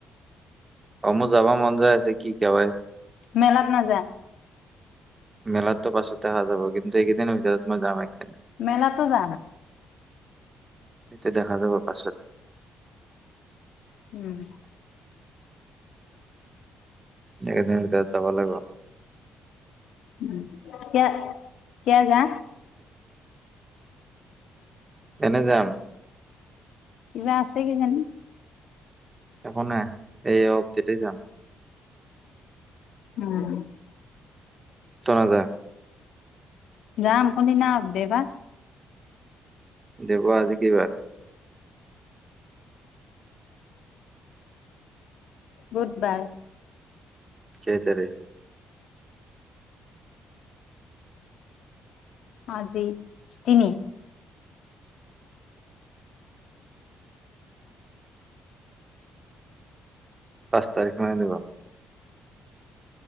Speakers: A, on the right (about 30°); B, on the left (about 70°).
A: অ মো যাব মন যায় আছে কি কৱাই
B: মেলাত নাযাও
A: মেলাৰ তো পাছত দেখা যাব কিন্তু এই কেইদিনৰ ভিতৰত মই যামেই।
B: মেলাটো জানা।
A: সেইটো দেখা যাব পাছত।
B: উম
A: একদিনৰ ভিতৰত যাব লাগিব।
B: উম, কিয় কিয় যা
A: এনে যাম।
B: কিবা আছে কিজানি!
A: একো নাই। ঐ ক কেতিয়া যাম?
B: উম
A: তই নাযাওঁ নে?
B: যাম, কোন দিনা অফ দিয়ে বা।
A: দেবু আজি কি বাৰ?
B: বুধবাৰ।
A: কেই তাৰিখ
B: আজি তিনি
A: পাঁচ তাৰিখ মানে দিবা।